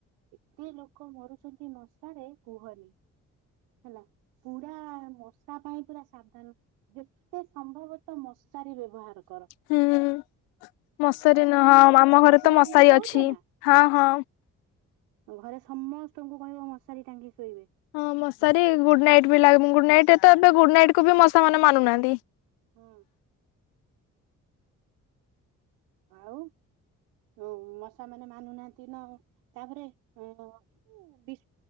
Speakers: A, on the right (about 85°); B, on the left (about 90°).
A: ଏତେ ଲୋକ ମରୁଛନ୍ତି ମ ମଶାରେ କୁହନି ହେଲା ପୁରରା ମଶା ପାଇଁ ପୁରା ସାବଧାନ ଯେତେ ସମ୍ଭବତଃ ମଶାରୀ ବ୍ୟବହାର କର।
B: ହୁଁ ମଶାରୀ ନୁହଁ
A: ମଶାରୀ
B: ଆମ ଘରେ
A: ମଶାରୀ
B: ତ
A: ଟାଙ୍ଗି ଶୋଉଚ
B: ଅଛି
A: ନା।
B: ହଁ ହଁ
A: ଘରେ ସମସ୍ତଙ୍କୁ କହିବ ମଶାରୀ ଟାଙ୍ଗି ଶୋଇବେ।
B: ହଁ ମଶାରୀ ଗୁଡ୍ ନାଇଟ୍ ବି ଲ ଗୁଡ୍ ନାଇଟ୍ ତ ଏବେ ଗୁଡ୍ ନାଇଟ୍ କୁ ବି ମଶା ମାନେ ମାନୁନାହାନ୍ତି।
A: ହୁଁ। ଆଉ। ଓ ମଶା ମାନେ ମାନୁନାହାନ୍ତି ନ ତାପରେ ଅ। ବି